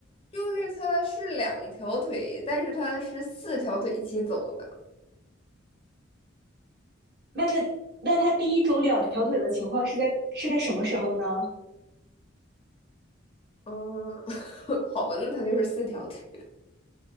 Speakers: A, on the left; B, on the right.
A: 就是它是两条腿，但是它是四条腿一起走的。
B: 那它那它第一种两条腿的情况是在是在什么时候呢？
A: 嗯，<laughs> 好吧，那它就是四条腿。